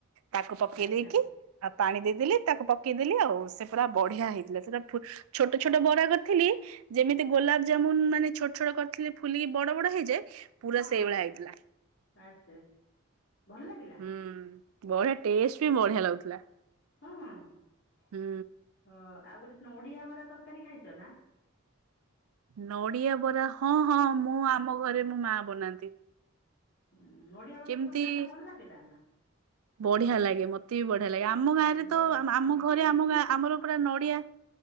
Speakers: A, on the right (about 85°); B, on the left (about 60°).
A: ତାକୁ ପକେଇ
B: ଆଚ୍ଛା
A: ଦେଇକି ଆଉ ପାଣି ଦେଇଦେଲି ତାକୁ ପକେଇଦେଲି ଆଉ ସେ ପୁରା ବଢିଆ
B: ହୁଁ
A: ହେଇଥିଲା ସେଟା। ଛୋଟ ଛୋଟ ବରା କରିଥିଲି ଯେମିତି ଗୋଲାପ ଜାମୁନ ମାନେ ଛୋ ଛୋଟ କରିଥିଲେ ଫୁଲିକି ବଡ ବଡ ହେଇଯାଏ। ପୁରା
B: ହଁ
A: ସେଇଭଳିଆ
B: ହଁ ହଁ
A: ହେଇଥିଲା
B: ଆଚ୍ଛା ଆଚ୍ଛା। ଭଲ ଲାଗିଲା
A: ହୁଁ ବଢିଆ ଟେଷ୍ଟ ବି ବଢିଆ ଲାଗୁଥିଲା।
B: ହଁ ହ
A: ହୁଁ
B: ଆଉ ଗୋଟେ ନଡିଆ ବରା ତରକାରୀ ଖାଇଚ ନା?
A: ନଡିଆ ବରା ହଁ ହଁ ମୁଁ ଆମ ଘରେ ମୋ ମା ବନାନ୍ତି।
B: ଉଁ ନଡିଆ ବଟା
A: କେମିତି
B: ତରକାରୀ ଟା ଭଲ ଲାଗିଲା ନା?
A: ବଢିଆ ଲାଗେ ମ ତେ ବି ବଢିଆ ଲାଗେ ଆମ ଗାଁ ରେ
B: ବଢ଼ିଆ
A: ତ ଆ-ଆମ
B: ତମର
A: ଘରେ
B: କେମିତି
A: ଆମ ଗାଁ ଆମର ପୁରା ନଡିଆ।